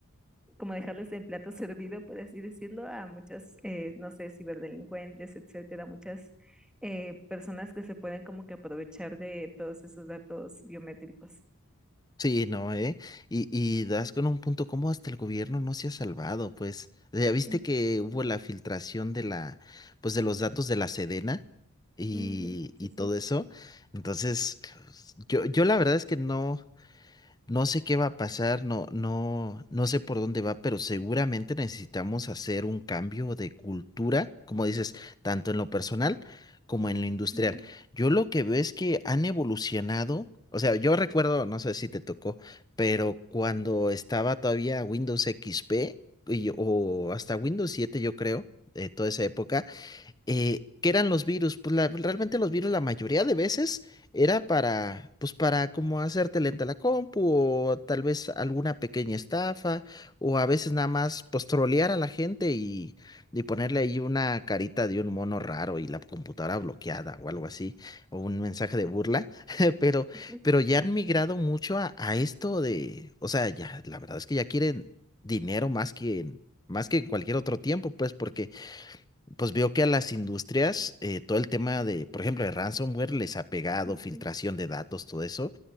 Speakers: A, in the centre; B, on the left (about 20°).
A: como dejarles el plato servido, por así decirlo, a muchas, eh, no sé, ciberdelincuentes, etcétera, muchas eh, personas que se pueden como que aprovechar de todos esos datos biométricos.
B: Sí, no, ¿eh? Y, y das con un punto como hasta el gobierno no se ha salvado, pues. Ya viste
A: Sí,
B: que hubo la filtración de la, pues de los datos de la Sedena y,
A: ujú, sí,
B: y
A: sí,
B: todo eso. Entonces, pues, yo, yo la verdad es que no. No sé qué va a pasar, no, no, no sé por dónde va, pero seguramente necesitamos hacer un cambio de cultura, como dices, tanto en lo personal como en lo industrial.
A: ujú,
B: Yo lo que veo es que han evolucionado, o sea, yo recuerdo, no sé si te tocó, pero cuando estaba todavía Windows XP y- o hasta Windows siete yo creo, de toda esa época eh, ¿qué eran los virus? Pues la- realmente los virus la mayoría de veces era para, pues para como hacerte lenta la compu o tal vez alguna pequeña estafa o a veces nada más pues trolear a la gente y, y ponerle ahí una carita de un mono raro y la computadora bloqueada o algo así o un mensaje
A: ok,
B: de burla, <laughs> pero,
A: sí, sí,
B: pero ya han migrado mucho a, a esto de, o sea, ya la verdad es que ya quieren dinero más que en- más que en cualquier otro tiempo, pues porque pues veo que a las industrias eh, todo el tema de, por ejemplo, de ransomware les ha pegado,
A: ujú,
B: filtración de datos, todo eso.